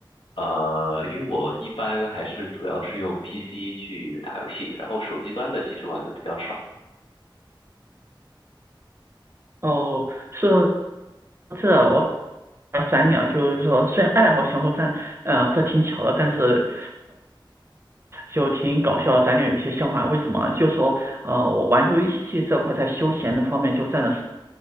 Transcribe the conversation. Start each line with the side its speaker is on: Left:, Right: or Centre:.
Left: 呃，因为我一般还是主要是用 PC 去打游戏，然后手机端的其实玩的比较少。
Right: 哦，是这我。啊，咱俩就是说，虽然爱好相同，但呃，这挺巧的，但是就挺搞笑的咱俩有些相反，为什么？就说呃，我玩游戏这块在休闲的方面就占了。